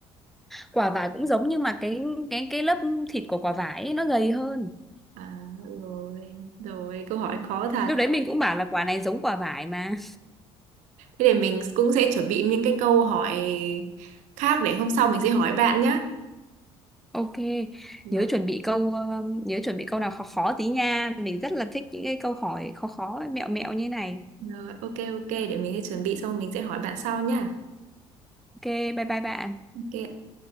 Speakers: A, in the centre; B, on the right (about 70°).
A: quả vải cũng giống nhưng mà cái cái cái lớp thịt của quả vải ấy, nó gầy hơn
B: à, rồi rồi câu hỏi khó thật
A: lúc đấy mình cũng bảo là quả này giống quả vải mà
B: thế để mình cũng sẽ chuẩn bị những cái câu hỏi khác để hôm sau mình sẽ hỏi bạn nhé
A: <laughs> ok
B: rồi
A: nhớ chuẩn bị câu um, nhớ chuẩn bị câu nào khó khó tí nha mình rất là thích những cái câu hỏi khó khó mẹo mẹo như này
B: rồi ok ok để mình sẽ chuẩn bị xong mình sẽ hỏi bạn sau nhá
A: ok bye bye bạn
B: ok